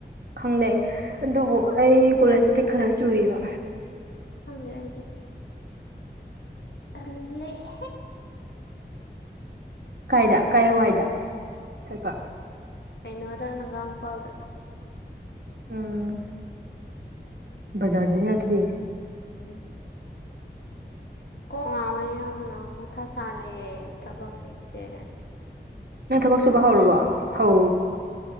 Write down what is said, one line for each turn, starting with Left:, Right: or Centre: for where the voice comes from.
Right: ꯈꯪꯅꯩ ꯑꯗꯨꯕꯨ ꯑꯩ ꯀꯣꯂꯦꯖꯇꯗꯤ ꯈꯔ ꯆꯨꯏꯕ
Left: ꯈꯪꯗꯦ ꯑꯩꯗꯤ ꯇꯜꯂꯦꯍꯦ
Right: ꯀꯥꯏꯗ ꯀꯥꯏ ꯋꯥꯏꯗ ꯊꯠꯄ
Left: ꯑꯩꯅꯣꯗ ꯅꯪꯒꯥꯝ ꯄꯥꯜꯗ
Right: ꯎꯝ ꯕꯖꯥꯔꯗ ꯅꯤꯅ ꯑꯗꯨꯗꯤ
Left: ꯎꯝ ꯀꯣꯛ ꯉꯥꯎꯋꯦ ꯌꯥꯝꯅ ꯃꯊꯥ ꯁꯥꯔꯦ ꯊꯕꯛꯁꯤꯡꯁꯦ
Right: ꯅꯪ ꯊꯕꯛ ꯁꯨꯕ ꯍꯧꯔꯕꯣ ꯍꯧ